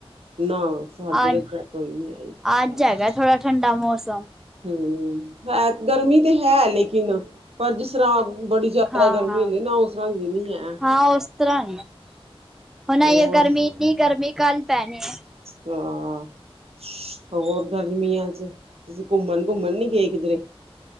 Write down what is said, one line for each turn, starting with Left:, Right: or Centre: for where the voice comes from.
Right: ਨਾ ਸਾਡੇ
Centre: ਅੱਜ
Right: ਏਧਰ ਕੋਈ ਨੀ ਆਈ ਬਾਰਿਸ਼।
Centre: ਅੱਜ ਹੈਗਾ ਥੋੜਾ ਠੰਡਾ ਮੌਸਮ।
Right: ਹਮ ਹੈ ਦਰਮੀ ਤੇ ਹੈ ਲੇਕਿਨ ਪਰ ਜਿਸਰਾ ਬੜੀ ਜ਼ਿਆਦਾ
Centre: ਹਾਂ
Right: ਗਰਮੀ
Centre: ਹਾਂ
Right: ਹੁੰਦੀ ਨਾ ਉਸਰਾ ਦੀ ਨੀ ਹੈ।
Centre: ਹਾਂ ਉਸ ਤਰ੍ਹਾਂ ਹੁਣ
Right: ਹੋਰ
Centre: ਇਹ ਗਰਮੀ ਇੰਨੀ ਗਰਮੀ ਕੱਲ ਪੈਣੀ ਹੈ <unintelligible>
Right: ਹਾਂ ਹੋਰ ਗਰ ਗਮੀਆਂ ਚ ਤੁਸੀ ਘੁੰਮਣ- ਘੁੰਮਣ ਨੀ ਗਏ ਕਿਧਰੇ।